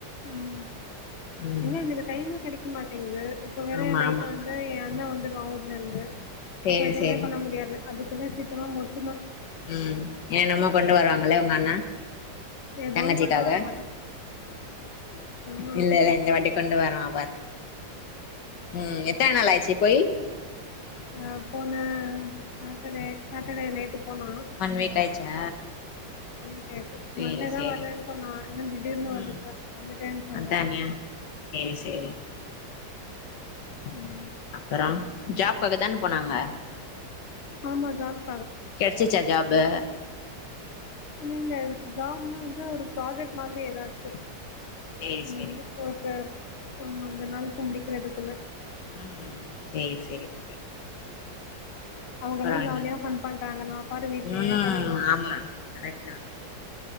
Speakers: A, on the left (about 50°); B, on the left (about 75°).
A: ம்
B: ம்
A: எங்க எனக்கு டைம்மே கிடைக்க மாட்டேங்குது இப்ப வேற
B: ஆமா
A: நைட்டு
B: ஆமா
A: வந்து என் அண்ண வந்துருவான் ஊர்ல இருந்து
B: சேரி
A: அப்ப எதுவுமே
B: சேரி
A: பண்ண முடியாது அதுக்குள்ள சீக்கிரமா முடிச்
B: ம் என்னன்னமோ கொண்டு வருவாங்களே உங்க அண்ண
A: எதுவும்
B: தங்கச்சிக்காக
A: கொண்டு வர மாட்டேன் ம்ஹூம்
B: இல்ல இல்ல இந்த வாட்டி கொண்டு வருவா பாரு உம் எத்தன நாள் ஆயிச்சி போய்
A: ஆ போன சாட்டர்டே சாட்டர்டே நைட்டு போனான்
B: ஒன் வீக் ஆயிச்சா
A: நேத்து
B: சேரி
A: மண்டேதான்
B: சேரி
A: வருவேன் சொன்னான் என்ன திடீர்னு
B: ம்
A: வந்துட்டன் வந்துட்டேன்னு சொல்றான்
B: அதானே சேரி சேரி
A: உம்
B: அப்புறோம் ஜாப்காக தான போனாங்க
A: ஆமா ஜாப்
B: கிடச்சுச்சா ஜாப்பு
A: இல்ல ஜாப்ன்னா வந்து ஒரு ப்ராஜெக்ட் மாதிரி ஏதாச்சு
B: சேரி
A: உம்
B: சேரி
A: இல்ல ஒருத்தர் ஆமா அந்த நாள்க்கு முடிக்கிறதுக்குள்ள
B: உம் சேரி சேரி ஓகே
A: அவுங்க
B: அப்பறோ
A: எல்லாம்
B: என்ன
A: ஜாலியா ஃபன் பண்றாங்க நம்ம பாரு வீட்லேயே
B: ம்
A: கெடக்குறோம்
B: ஆமா கரெக்ட் தா